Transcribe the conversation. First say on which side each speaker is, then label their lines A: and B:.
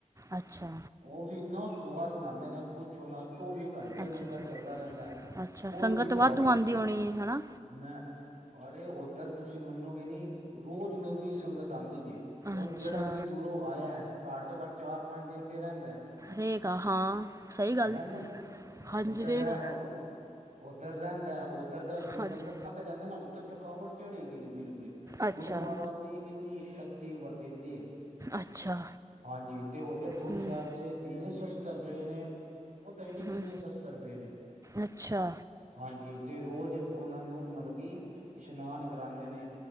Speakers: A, on the right; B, on the right.
A: ਅੱਛਾ।
B: ਉਹ ਵੀ ਇੰਨਾ ਸੁਵਾਦ ਬਨਾਂਦੇ ਨੇ, ਪੁੱਛੋ ਨਾ ਚੌਵੀ ਘੰਟੇ
A: ਅੱਛਾ
B: ਲੰਗਰ
A: ਅੱਛਾ
B: ਚੱਲਦਾ ਰਹਿੰਦਾ।
A: ਅੱਛਾ,
B: ਕੋਈ
A: ਸੰਗਤ
B: ਵੀ ਚਲਾ
A: ਵਾਧੂ
B: ਜੇ
A: ਆਂਦੀ ਹੋਣੀ ਏ। ਹਨਾ।
B: ਮੈਂ ਅਰੇ ਇੱਧਰ ਤੁਸੀਂ ਮੰਨੋਗੇ ਨੀ ਰੋਜ਼ ਨਵੀਂ ਸੰਗਤ ਆਂਦੀ ਜੇ ਹੁਣ
A: ਅੱਛਾ
B: ਜਿਹੜਾ ਇੰਨੀ ਦੂਰੋਂ ਆਇਆ, ਘੱਟ ਤੋਂ ਘੱਟ ਚਾਰ- ਪੰਜ ਦਿਨ ਤੇ ਰਹਿੰਦਾ
A: ਰੇਗਾਾ ਹਾਂ ਸਹੀ ਗੱਲ
B: ਰੈਂਦਾ
A: ਹੈ
B: ਨਾ
A: ਹਾਂਜੀ
B: ਉੱਧਰ
A: ਰਹੇਗਾ
B: ਰਹਿ ਉੱਧਰ ਰਹਿੰਦਾ ਉੱਧਰ ਦਾ ਜਿਵੇਂ
A: ਹਾਂਜੀ
B: ਬੰਦਾ ਥੱਕ ਜਾਂਦਾ ਨਾ ਉੱਥੇ ਥਕਾਵਟ ਚੜੇਗੀ ਬਿਲਕੁਲ
A: ਅੱਛਾ
B: ਗੁਰੂ ਮਹਾਰਾਜ ਦੀ ਇੰਨੀ ਸ਼ਕਤੀ ਵਰਤੀਦੀ ਹੈ
A: ਅੱਛਾ
B: ਹਾਂਜੀ ਤੇ ਉੱਧਰ ਗੁਰੂ
A: ਹੂੰ
B: ਸਾਹਿਬ ਦੇ ਇੰਨੇ ਸਸਤਰ ਪਏ ਨੇ ਪਤਾ ਹੀ ਨਹੀਂ
A: ਹੂੰ
B: ਕਿੰਨੇ ਸਸਤਰ ਪਏ ਨੇ
A: ਅੱਛਾ
B: ਹਾਂਜੀ, ਤੇ ਰੋਜ਼ ਉਹਨਾਂ ਨੂੰ ਮਤਲਬ ਕਿ ਇਸ਼ਨਾਨ, ਕਰਾਉਂਦੇ ਨੇ